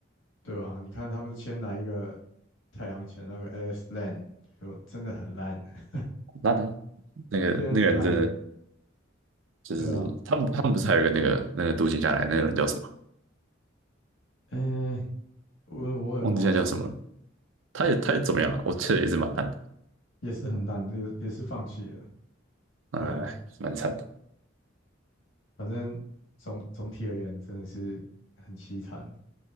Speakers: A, on the left; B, on the right.
A: 对啊，你看他们先来一个太阳以前那个 Alex Len，就真的很烂，<laughs>
B: 很烂啊那个那个人真的
A: 变得很烂了，
B: 就是他们，
A: 对啊，
B: 他们不是还有一个那个那个读行下来那个人叫什么？
A: 哎，我我也忘记了，
B: 忘记他叫什么了。他也他也怎么样啊？
A: 对，
B: 我记得也是蛮烂的，
A: 也是很烂，也也是放弃了，
B: 哎，
A: 对啊，
B: 蛮惨的，
A: 反正总总体而言真的是很凄惨，